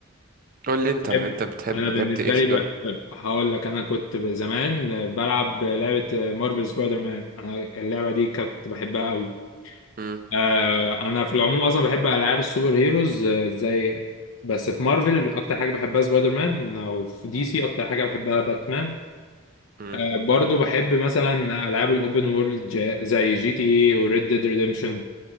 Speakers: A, on the right; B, on the left.
A: قول لي انت
B: بحب
A: انت بتحب
B: انا
A: لعبت
B: بالنسبه
A: ايه ستوري
B: لي بقى بقى- هقول لك انا كنت ب- زمان بلعب لعبه مارفل سبايدر مان انا اللعبه دي كنت بحبها قوي
A: امم
B: آه، انا في العموم اصلا بحب العاب السوبر هيروز آه، زي بس في مارفل اكتر حاجه بحبها سبايدر مان وفي دي سي اكتر حاجه بحبها باتمان
A: امم
B: آه، برضو بحب مثلا العاب الاوبن وورلد جا- زي جي تي اي وريد ديد ريديمشن